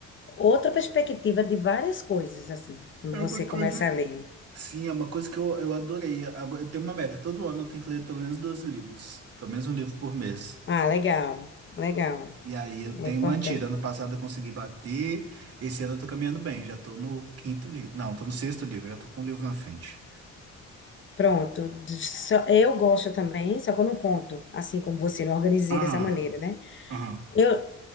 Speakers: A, on the left; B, on the right.
A: outra perspectiva de várias coisas, assim, quando
B: É uma
A: você começa
B: coisa.
A: a ler.
B: Sim, é uma coisa que eu, eu adorei. Agora, eu tenho uma meta. Todo ano eu tenho que ler pelo menos 12 livros. Pelo menos um livro por mês.
A: Ah, legal, legal,
B: E aí eu tenho
A: é importante.
B: mantido. Ano passado eu consegui bater. Esse ano eu tô caminhando bem. Já tô no quinto livro. Não, tô no sexto livro. Já tô com um livro na frente.
A: Pronto, de- só- eu gosto também, só que eu não conto, assim como você, não organizei
B: Aham,
A: dessa maneira, né?
B: aham,
A: Eu,